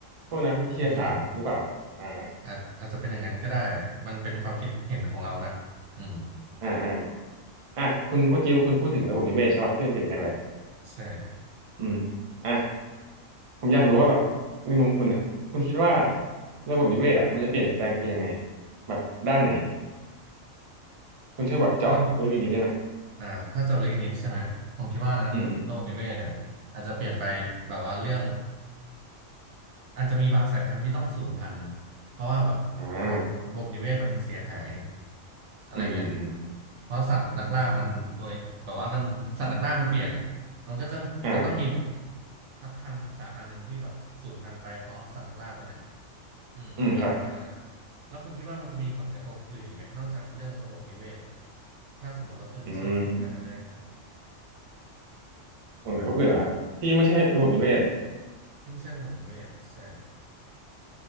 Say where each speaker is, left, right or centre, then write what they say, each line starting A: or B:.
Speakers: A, on the right; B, on the right.
A: พวกนักวิทยาศาสตร์หรือเปล่าอ่า
B: อืมอาจอาจจะเป็นอย่างนั้นก็ได้มันเป็นความคิดเห็นของเรานะอืม
A: อ่าอ่าอ่ะคุณเมื่อกี้คุณพูดถึงระบบนิเวศใช่ป่ะที่มันเปลี่ยนแปลงไป
B: ใช่
A: อืมอ่ะผมอยากรู้ว่าแบบในมุมคุณอ่ะคุณคิดว่าระบบนิเวศอ่ะมันจะเปลี่ยนแปลงไปยังไงแบบด้านไหนคุณช่วยแบบเจาะลึกอีกนิดได้ไหม
B: ระบบอ่าถ้าเจาะลึกอีกนิดใช่ไหมผมคิดว่านะระบบนิเวศเนี่ยอาจจะเปลี่ยนไปแบบว่าเรื่อง
A: อืมอืม
B: อาจจะมีบางสายพันธุ์ที่ต้องสูญพันธุ์เพราะว่าแบบระบบระบบนิเวศมันเสียหาย
A: อ่า
B: อะไรเงี้ย
A: อืมอืมอืม
B: เพราะสัตว์นักล่ามันโดยแบบว่ามันสัตว์นักล่ามันเปลี่ยนอ่ะมันก็จะจะต้องมีแบบ
A: อ่า
B: สักพันธุ์สายพันธุ์หนึ่งที่แบบสูญพันธุ์ไปเพราะสัตว์นักล่าตัวเนี้ยอืมผมคิดว่างั้นนะ
A: อืมครับ
B: แล้วคุณคิดว่ามันจะมีผลกระทบอื่นอีกไหมนอกจากเรื่องระบบนิเวศถ้าสมมติเราคืนชีพขึ้นมาได้จริง
A: อืมผลกระทบอื่นเหรอครับที่ไม่ใช่ระบบนิเวศ
B: ที่ไม่ใช่ระบบนิเวศใช่